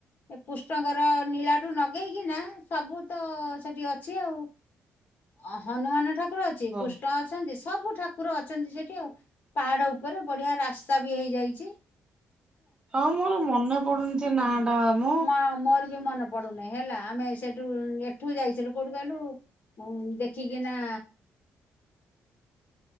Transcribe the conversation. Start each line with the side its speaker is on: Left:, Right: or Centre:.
Left: ଏ କୁଷ୍ଣଙ୍କର ନୀଳାଠୁ ଲଗେଇକି ନା ସବୁ ତ ସେଠି ଅଛି ଆଉ। ଅ ହନୁମାନ ଠାକୁର ଅଛି
Right: ଓ
Left: କୃଷ୍ଣ ଅଛନ୍ତି ସବୁ ଠାକୁର ଅଛନ୍ତି ସେଠି ଆଉ। ପାହାଡ ଉପରେ ବଢିଆ ରାସ୍ତା ବି ହେଇଯାଇଚି।
Right: ହଁ ମୋର ମନେ ପଡୁନି ଯେ ନାଁ ଟା ମଁ।
Left: ମା ମୋର ବି ମନେ ପଡୁନି ହେଲା ଆମେ ସେଠୁ ଏଠୁ ଯାଇଥିଲୁ କୋଉଠୁ କହିଲୁ? ଦେଖିକି ନା